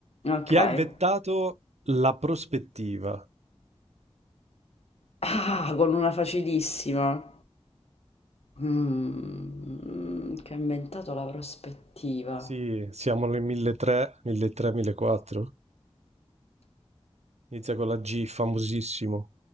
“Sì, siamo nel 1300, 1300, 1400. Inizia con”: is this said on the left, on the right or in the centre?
Right